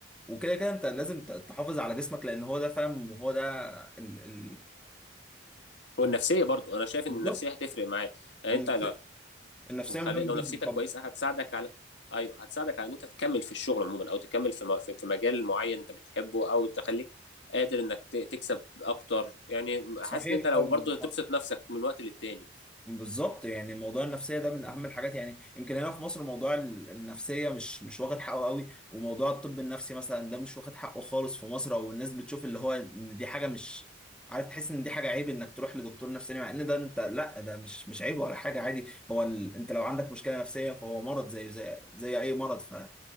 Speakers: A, in the centre; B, on the left (about 70°).
A: وكده كده أنت لازم ت- تحافظ على جسمك لأن هو ده فاهم هو ده ال... ال...
B: والنفسية برضو انا شايف ان
A: بالظبط
B: النفسية هتفرق معاك يعني
A: النفسية
B: انت لو
A: النفسية
B: خلي...
A: مهمة
B: لو
A: جدا
B: نفسيتك
A: طبعا
B: كويسة هتساعدك على ايوه هتساعدك على ان انت تكمل في الشغل عموما او تكمل في م... في في مجال معين انت بتحبه او تخليك قادر انك ت... تكسب اكتر يعني حاسس
A: صحيح
B: ان انت لو
A: طبعا
B: برضو هتبسط نفسك من وقت للتاني
A: بالظبط يعني موضوع النفسيه ده من اهم الحاجات يعني يمكن هنا في مصر موضوع ال- النفسيه مش مش واخد حقه قوي وموضوع الطب النفسي مثلا ده مش واخد حقه خالص في مصر او الناس بتشوف اللي هو ان دي حاجه مش عارف تحس ان دي حاجه عيب انك تروح لدكتور نفساني مع ان ده انت لا ده مش مش عيب ولا حاجه عادي هو ال... انت لو عندك مشكله نفسيه فهو مرض زي زي زي اي مرض فليه